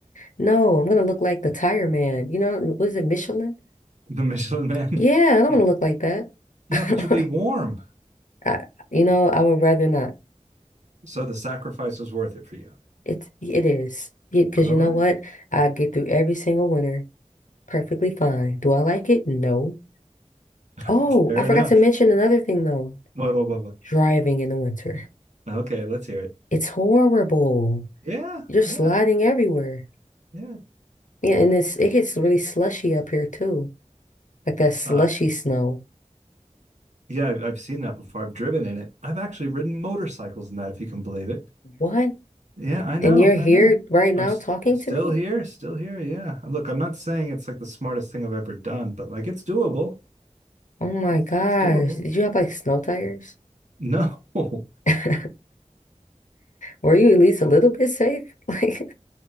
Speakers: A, on the left; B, on the right.
A: no, I'm gonna look like the tire man. You know, what is it, Michelin?
B: the Michelin man.
A: Yeah,
B: <laughs>
A: I don't
B: yeah.
A: want to look like that.
B: yeah,
A: <laughs>
B: but you'll be warm.
A: I, you know, I would rather not.
B: So the sacrifice was worth it for you.
A: It's it is because
B: All
A: you know
B: right.
A: what? I get through every single winter perfectly fine. Do I like it? No.
B: <laughs>
A: Oh,
B: Fair
A: I forgot
B: enough.
A: to mention another thing though.
B: What, what, what, what?
A: Driving in the winter.
B: Okay, let's hear it.
A: It's horrible.
B: Yeah,
A: You're sliding
B: yeah,
A: everywhere.
B: yeah.
A: Yeah, and it's it gets really slushy up here too. Like that slushy
B: Uh,
A: snow.
B: yeah, I've I've seen that before. I've driven in it. I've actually ridden motorcycles in that, if you can believe it.
A: What?
B: Yeah, I know,
A: And you're here
B: I know.
A: right now
B: I'm s
A: talking
B: still
A: to me?
B: here, still here. Yeah. Look, I'm not saying it's like the smartest thing I've ever done, but like it's doable.
A: Oh my
B: It's
A: gosh.
B: it's doable.
A: Did you have like snow tires?
B: No. <laughs>
A: <laughs> Were you at least a little bit safe? <laughs> Like,